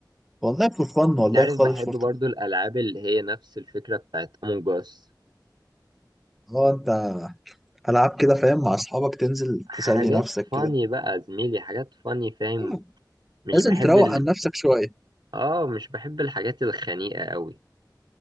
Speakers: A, in the centre; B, on the right.
A: والله فور فن والله
B: انت عارف
A: خالص
B: بحب
A: فورتنايت
B: برضو الالعاب اللي هي نفس الفكرة بتاعت امونج اس
A: اه انت العاب كده فاهم مع اصحابك تنزل
B: حاجات
A: تسلي نفسك
B: فاني
A: كده
B: بقى يا زميلي حاجات فاني فاهم
A: آه،
B: مش
A: نازل
B: بحب
A: تروق
B: ال...
A: عن نفسك شويه
B: اه مش بحب الحاجات الخنيقة قوي